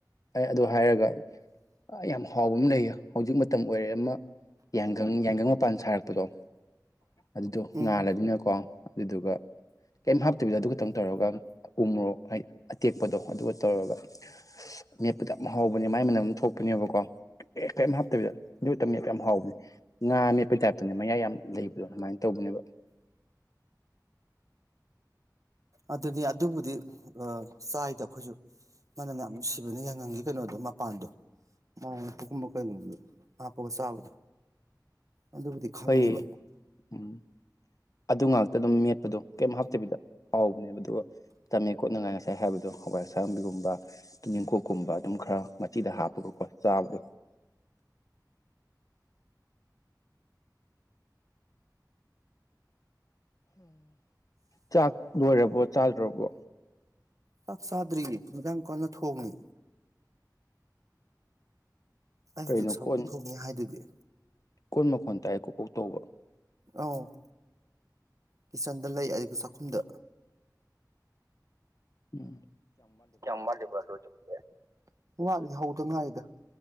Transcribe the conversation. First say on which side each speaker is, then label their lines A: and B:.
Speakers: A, on the left; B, on the right.
A: ꯑꯗꯨ ꯍꯥꯏꯔꯒ ꯌꯥꯝ ꯍꯥꯎꯕ ꯑꯃ ꯂꯩꯌꯦ ꯍꯧꯖꯤꯛ ꯃꯇꯝ ꯑꯣꯏꯔꯦ ꯑꯃ ꯌꯥꯏꯒꯪ ꯌꯥꯏꯈꯪ ꯃꯄꯥꯟ ꯁꯥꯔꯛꯄꯗꯣ ꯑꯗꯨꯗꯣ
B: ꯎꯝ
A: ꯉꯥꯜꯂꯅꯤꯅꯀꯣ ꯑꯗꯨꯗꯨꯒ ꯀꯩꯝ ꯍꯥꯞꯇꯕꯤꯗ ꯑꯗꯨ ꯈꯇꯪ ꯇꯧꯔꯒ ꯎꯃꯣꯔꯣꯛ ꯍꯥꯏꯗꯤ ꯑꯇꯦꯛꯄꯗꯣ ꯑꯗꯨꯒ ꯇꯧꯔꯒ ꯃꯦꯞꯄꯗꯣ ꯌꯥꯝ ꯍꯥꯎꯕꯅꯦ ꯃꯥꯏ ꯃꯅꯝ ꯑꯃ ꯊꯣꯛꯄꯅꯦꯕꯀꯣ ꯀꯩꯝ ꯍꯥꯞꯇꯕꯤꯗ ꯑꯗꯨꯛꯇ ꯃꯦꯞꯄ ꯌꯥꯝ ꯍꯥꯎꯕꯅꯦ ꯉꯥ ꯃꯦꯞꯄꯩ ꯇꯥꯏꯞꯇꯅꯦ ꯃꯌꯥꯏ ꯌꯥꯝ ꯂꯩꯕꯗꯣ ꯑꯗꯨꯃꯥꯏꯅ ꯇꯧꯕꯅꯦꯕ
B: ꯑꯗꯨꯅꯤ ꯑꯗꯨꯕꯨꯗꯤ ꯆꯥꯏꯗ ꯑꯩꯈꯣꯏꯁꯨ ꯃꯅꯝ ꯃ ꯌꯥꯝ ꯅꯨꯡꯁꯤꯕꯅꯦ ꯌꯥꯉꯪꯡꯒꯤ ꯀꯩꯅꯣꯗꯣ ꯃꯄꯥꯟꯗꯣ ꯃꯣꯔꯣꯛ ꯃꯄꯣꯛꯒꯨꯝꯕ ꯀꯩꯅꯣꯗ ꯍꯥꯞꯄꯒ ꯆꯥꯕꯗꯣ ꯑꯗꯨꯕꯨꯗꯤ ꯈꯪꯉꯦꯕ
A: ꯑꯩꯈꯣꯏ ꯎꯝ ꯑꯗꯨ ꯉꯥꯛꯇ ꯑꯗꯨꯝ ꯃꯦꯠꯄꯗꯣ ꯀꯩꯝ ꯍꯥꯞꯇꯕꯤꯗ ꯍꯥꯎꯕꯅꯦꯕ ꯑꯗꯨꯒ ꯇꯝꯃꯦ ꯈꯣꯠꯅꯉꯥꯏꯅꯦ ꯀꯩ ꯍꯥꯏꯕ ꯑꯗꯣ ꯍꯋꯥꯏ ꯑꯁꯥꯡꯕꯤꯒꯨꯝꯕ ꯌꯦꯡꯀꯣꯛꯀꯨꯝꯕ ꯑꯗꯨꯝ ꯈꯔ ꯁꯤꯗ ꯍꯥꯞꯄꯒꯀꯣ ꯆꯥꯕꯗꯣ ꯆꯥꯛ ꯂꯣꯏꯔꯕꯣ ꯆꯥꯗ꯭ꯔꯕꯣ
B: ꯆꯥꯛ ꯆꯥꯗ꯭ꯔꯤ ꯃꯖꯥꯡ ꯀꯣꯟꯅ ꯊꯣꯡꯅꯤ ꯑꯩ
A: ꯀꯩꯅꯣ
B: ꯍꯧꯖꯤꯛ ꯁꯥꯎꯒꯤ
A: ꯀꯣꯟ
B: ꯊꯣꯡꯉꯦ ꯍꯥꯏꯗꯨꯗꯤ
A: ꯀꯣꯟ ꯃꯈꯣꯟ ꯗꯥꯥꯏ ꯀꯣꯄꯣꯛ ꯇꯧꯕ
B: ꯑꯧ ꯀꯤꯠꯆꯟꯗ ꯂꯩ ꯑꯗꯨꯒ ꯆꯥꯛꯈꯨꯝꯗ
A: ꯎꯝ
B: ꯀꯌꯥꯝ ꯋꯥꯠꯂꯤꯕ ꯂꯣꯏꯗꯧꯕꯗꯤ ꯍꯧꯗ ꯉꯥꯏꯔꯤ